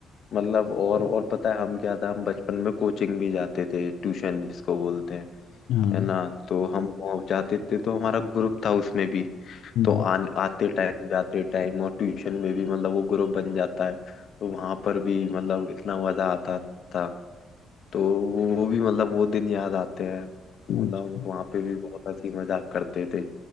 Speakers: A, on the left (about 60°); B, on the left (about 80°).
A: मतलब और और पता है हम क्या था हम बचपन में कोचिंग भी जाते थे ट्यूशन जिसको बोलते हैं
B: हाँ
A: है ना तो हम वहाँ जाते थे तो हमारा ग्रुप था उसमें भी
B: हम्म,
A: तो आन आते टाइम जाते टाइम और ट्यूशन में भी मतलब वो ग्रुप बन जाता है तो वहां पर भी मतलब इतना मजा आता था तो वो वो भी मतलब वो दिन याद आते हैं कि मतलब
B: अच्छा
A: हम वहाँ पे भी बहुत हंसी मजाक करते थे